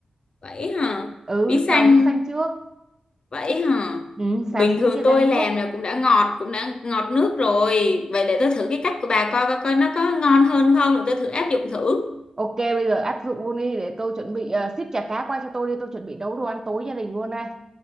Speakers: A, on the left; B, on the right.
A: vậy hả
B: ừ
A: bí
B: xào
A: xanh
B: bí xanh trước
A: vậy hả
B: ừ,
A: bình
B: xào xíu
A: thường
B: cho ra
A: tôi
B: nước
A: làm là cũng đã ngọt cũng đã ngọt nước rồi vậy để tôi thử cái cách của bà coi coi coi nó có ngon hơn không rồi tôi thử áp dụng thử
B: ok bây giờ áp dụng luôn đi để tôi chuẩn bị uh, ship chả cá qua cho tôi đi tôi chuẩn bị nấu đồ ăn tối gia đình luôn đây